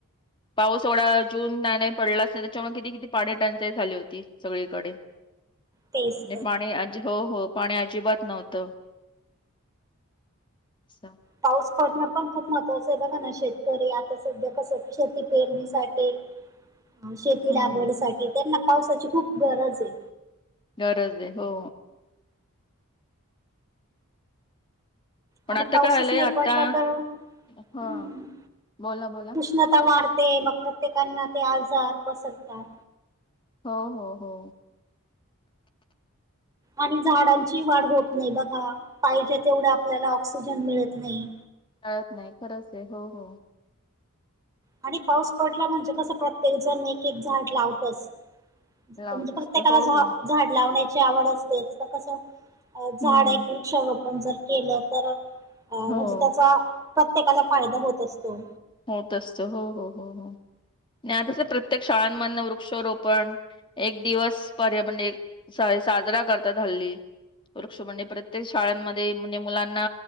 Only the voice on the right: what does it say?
तेच
तर
पाऊस पडणं पण खूप महत्त्वाचं आहे बघा ना शेतकरी आता सध्या कसं शेती पेरणीसाठी
शेती
लागवडीसाठीठी त्यांना पावसाची खूप गरज आहे.
आणि
पाऊसच
नाही
पडला तर हम्म
उष्णता वाढते मग प्रत्येकांना ते आजार पसरतात.
आणि झाडांची वाढ होत नाही बघा पाहिजे तेवढे आपल्याला ऑक्सिजन मिळत नाही.
आणि पाऊस पडला म्हणजे कसं प्रत्येक जण एक एक झाड लावतच.
म्हणजे प्रत्येकाला
ज
झाड लावण्याची आवड असतेच तर कस
झाड एक वृक्षोप आपण जर केलं तर म्हणजे
त्याचा प्रत्येकाला फायदा होत असतो.